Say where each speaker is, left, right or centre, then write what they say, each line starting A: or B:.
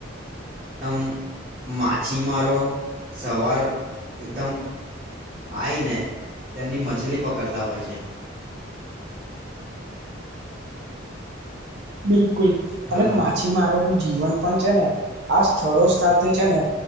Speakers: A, on the right (about 30°); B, on the right (about 55°).
A: એકદમ માછીમારો સવાર એકદમ આઈને તેમની મછલી પકડતા હોય છે.
B: <inaudible> બિલકુલ અને
A: હલો
B: માછીમારો નુ
A: હા
B: જીવન પણ છે ને આ સ્થળો સાથે છે ને